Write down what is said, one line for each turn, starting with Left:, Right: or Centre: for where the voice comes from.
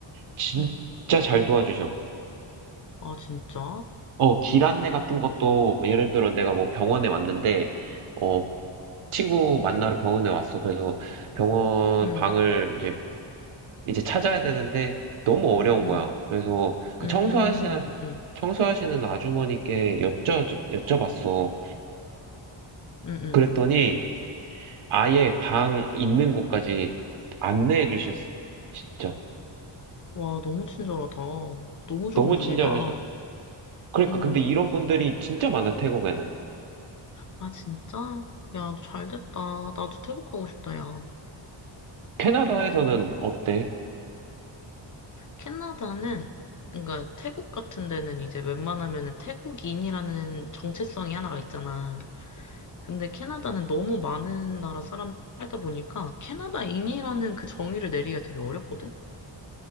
Right: 진짜
Left: 응.
Right: 잘 도와주셔.
Left: 아, 진짜?
Right: 어, 길 안내 같은 것도 뭐 예를 들어 내가 뭐 병원에 왔는데 어, 친구 만나러 병원에 왔어. 그래서 병원
Left: 응,
Right: 방을 이제 이제 찾아야 되는데 너무 어려운
Left: 응,
Right: 거야. 그래서 그
Left: 음,
Right: 청소하시는
Left: 응, 응,
Right: 청소하시는 아주머니께 여쭤 여쭤봤어.
Left: 응, 응.
Right: 그랬더니 아예 방 있는 곳까지 안내해 주셨어. 진짜.
Left: 와, 너무 친절하다. 너무 좋은
Right: 너무
Left: 분이다.
Right: 친절하셔. 그러니까,
Left: 음,
Right: 근데 이런 분들이 진짜 많아, 태국에는.
Left: 아, 진짜? 야, 잘 됐다. 나도 태국 가고 싶다, 야.
Right: 캐나다에서는
Left: 음.
Right: 어때?
Left: 캐나다는 그러니까 태국 같은 데는 이제 웬만하면은 태국인이라는 정체성이 하나가 있잖아. 근데 캐나다는 너무 많은 나라 사람 살다 보니까 캐나다인이라는 그 정의를 내리기가 되게 어렵거든.